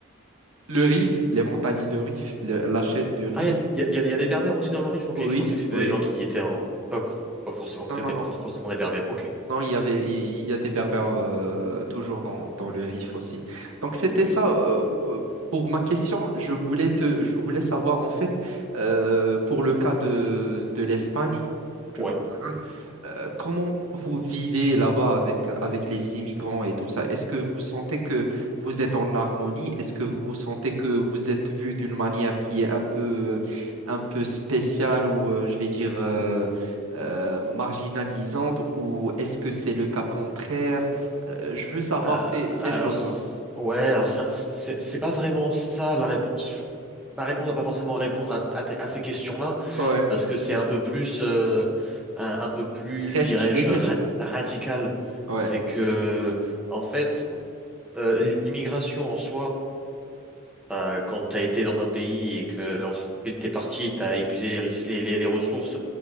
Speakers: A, on the right; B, in the centre.
A: Le Rif, les montagnes de Rif, le- la chaîne de Rif.
B: Ah, il y a, y a- y a- y a des Berbères aussi dans le Rif? Ok,
A: Oui,
B: je pensais que c'était
A: oui.
B: des gens qui étaient en. Pas, pas forcément que
A: Non,
B: c'était
A: non, non.
B: pas forcément des Berbères. Ok.
A: Non, il y avait, il y a des Berbères euh, toujours dans, dans le Rif aussi. Donc c'était
B: Ok.
A: ça. euh, p- pour ma question, je voulais te, je voulais savoir en fait euh, pour le cas de, de l'Espagne ou du
B: Ouais.
A: Barcelone, euh, comment vous vivez là-bas avec avec les immigrants et tout ça? Est-ce que vous sentez que vous êtes en harmonie? Est-ce que vous sentez que vous êtes vu d'une manière qui est un peu un peu spéciale ou euh, je vais dire euh, euh, marginalisantes ou est-ce que c'est le cas contraire? Euh, je veux savoir
B: Euh,
A: ces, ces
B: alors,
A: choses-là.
B: c- ouais, alors c'est c'est- c'est pas vraiment ça la réponse. Je- Ma réponse va pas forcément répondre à, à tes- à ces questions-là,
A: Ouais,
B: parce que c'est un peu plus, euh, un, un peu plus,
A: Direct,
B: dirais-je,
A: je vais dire.
B: ra- radical.
A: Ouais.
B: C'est que, en fait, euh, l'immigration en soi, euh, quand tu as été dans un pays et que ensuite t'es parti, tu as épuisé les, ris- les, les- les ressources,